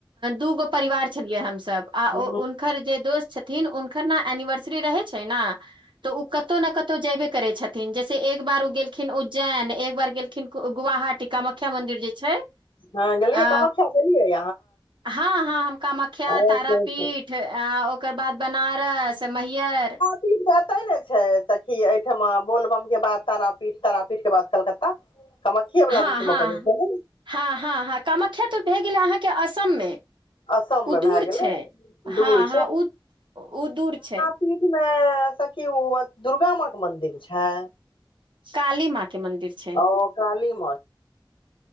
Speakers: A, on the right (about 75°); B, on the left (about 85°).
A: दूगो परिवार छलियै हमसभ आ
B: ह
A: हुनकर जे दोस्त छथि न हुनकर ने एनिवर्सरी रहै छै ने तऽ ओ कतौ ने कतौ जेबे करै छथिन <unintelligible> जैसे एक बार उ गेलखिन उज्जैन एक बार गेलखिन कु गुहाटी कामख्या मंदिर जे छै
B: हँ गेलियै
A: आ
B: कामख्या गेलियै
A: हँ हँ हम कामख्या
B: अहाँ
A: तारापीठ आ ओकर बाद बनारस मैहर
B: पीठ तऽ एते ने छै सखी एहिठमा बोलबम के बाद तारापीठ तारापीठ के बाद कलकत्ता कामाख्ये वाला
A: हा
B: रूट
A: हा
B: मे पड़ै छै ने
A: हा हा हा कामाख्या तऽ भए गेलै अहाँ के असम में
B: असम
A: उ
B: मे
A: दूर
B: भए गेलै
A: छै हँ
B: दूर
A: हँ ओ उ दूर छै
B: पीठ मे सखी ओ दुर्गा मा के मंदिर छै
A: काली माँ के मंदिर छै
B: हाँ काली माँ